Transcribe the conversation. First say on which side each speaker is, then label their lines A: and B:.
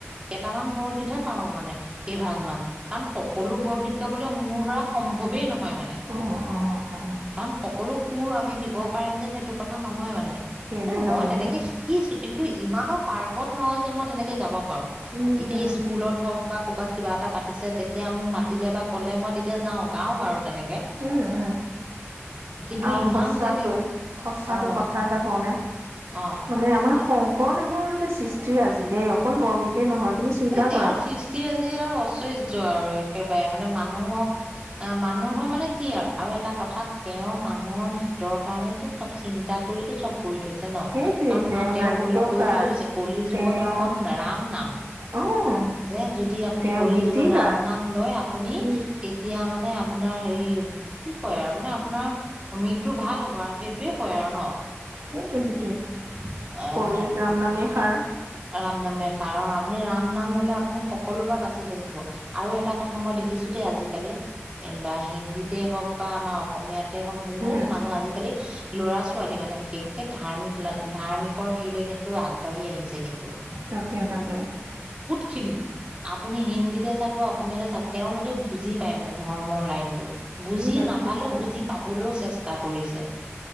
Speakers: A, on the right (about 25°); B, on the right (about 80°).
A: কেইটামান বৰগীতহে পাৰো মানে এই ভাগ মান। কাৰণ সকলো বৰগীত গাবলে মোৰ দ্বাৰা সম্ভৱেই নহয় মান।
B: অ অ অ
A: কাৰণ সকলো সুৰ আমি দিব পাৰিম যেন সেইটো কথা নহয় মানে।
B: কেলে
A: নে মই
B: নহয়
A: তেনেকে
B: নো
A: শিকিছো কিন্তু ইমানক নহয় যে মই তেনেকে গাব পাৰো।
B: উম
A: এতিয়া
B: উম
A: স্কুলত হওঁক বা কৰবাত কিবা এটা পাত পতিছে তেতিয়া মোক মাতিলে বা কলে মই তেতিয়া যাওঁ গাও বাৰু তেনেকে।
B: উম উম
A: কিন্তু
B: আৰু
A: ইমান
B: সচাকৈ
A: তেনেকে
B: সচাকৈ
A: অ
B: কথা এটা কওঁনে?
A: অ
B: মানে আমাৰ শংকৰদেৱৰ যে সৃষ্টি ৰাজি দেই অকল বৰগীতেই নহয় তুমি চিন্তা
A: এ তেওঁৰ
B: কৰা
A: সৃষ্টি ৰাজি আৰু অচৈ য্য আৰু একেবাৰে মানে মানুহক এ মানুহৰ মানে কি আৰু আৰু এটা কথাত তেওঁৰ মানুহৰ হিতৰ কাৰণেটো চব চিন্তা কৰিটো চব কৰি থৈছে ন
B: সেইটোৱে
A: কাৰণ মা তেওঁ
B: নাট্যকাৰ
A: কৰি কৰি থৈ গৈছে কলি
B: তেওঁ
A: যুগত অকল ৰাম নাম।
B: অ'।
A: যে যদি আপুনি
B: তেওঁ
A: কলি
B: গীতিকাৰ
A: যুগত ৰাম নাম লয় আপুনি
B: উম,
A: তেতিয়া মানে মানে আপোনাৰ হেৰি কি কয় আৰু মানে আপোনাৰ মৃত্যু ভাল হ'ব আৰু। সেইটোয়ে কয় আৰু ন।
B: সেইটোোৱ সেইটোয়ে।
A: উম
B: কলিত ৰামনামেই সাৰ।
A: ৰাম নামে সাৰ অ'। আপুনি ৰাম নাম ললে আপুনি সকলোৰে পৰা বাচি থাকিব আৰু এটা কথা মই দেখিছো দেখিছো দেই আজিকালি হিন্দীতে হওক বা আমাৰ অসমীয়াত তে হওক বহুত
B: উম,
A: মানুহ আজিকালি ল'ৰা ছোৱালী মানে বিশেষকে ধাৰ্মিক লা ধাৰ্মিকৰ হেৰিলে কিন্তু আগবাঢ়ি আহিছে কিন্তু।
B: থাকে থাকে।
A: খিনি আপুনি হিন্দীতে চাওক বা অসমীয়াতে চাওক তেওঁলোক কে বুজি পাই মানে ধৰ্মৰ লাইনটো। বুজি
B: পালো
A: নাপালেও
B: কি কলা।
A: বুজি পাবলৈও চেষ্টা কৰিছে। <inaudible>